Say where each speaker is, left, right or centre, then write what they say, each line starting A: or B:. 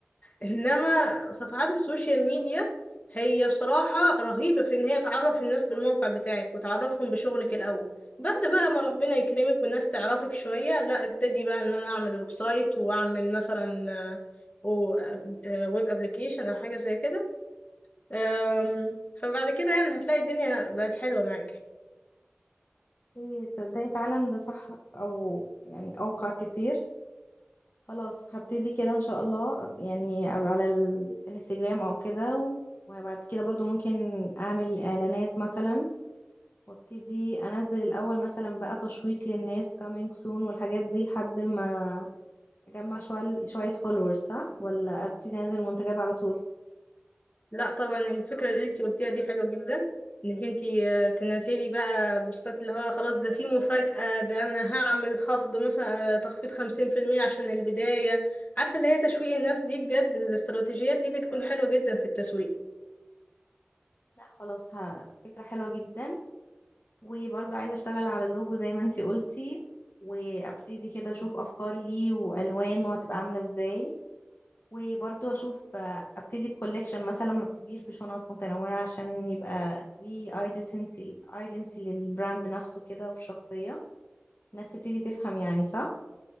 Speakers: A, on the left (about 35°); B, on the left (about 55°).
A: انما صفحات السوشيال ميديا هي بصراحة رهيبة في ان هي تعرف الناس بالموقع بتاعك وتعرفهم بشغلك الاول بعد بقى ما ربنا يكرمك والناس تعرفك شوية لا ابتدي بقى ان انا اعمل ويب سايت واعمل مثلا آه، و- آه، ويب ابليكيشن او حاجة زي كده آم، فبعد كده يعني هتلاقي الدنيا بقت حلوة معاك
B: إيه، تصدقي فعلا ده صح او يعني اوقع كتير خلاص هبتدي كده ان شاء الله أب- يعني أبقى على الانستجرام او كده و- وبعد كده برضو ممكن اعمل اعلانات مثلا وابتدي انزل الاول مثلا بقى تشويق للناس coming soon والحاجات دي لحد ما اجمع شوية شوية فولورز صح ولا ابتدي انزل منتجات على طول
A: لا طبعا الفكرة اللي انتي قلتيها دي حلوة جدا انك انتي آه، تنزلي بقى بوستات اللي هو خلاص ده في مفاجأة ده انا هعمل خفض مثلا آه، تخفيض خمسين في المية عشان البداية عارفة اللي هي تشويق الناس دي بجد الاستراتيجيات دي بتكون حلوة جدا في التسويق
B: لا خلاص ها فكرة حلوة جدا وبرضه عايزة اشتغل على اللوجو زي ما انتي قلتي وابتدي كده اشوف افكار ليه والوان وهتبقى عاملة ازاي وبرضه اشوف آه، ابتدي بكولكشن مثلا ما ابتديش بشنط متنوعة عشان يبقى ليه ايدنتي ايدنتي للبراند نفسه كده والشخصية الناس تبتدي تفهم يعني صح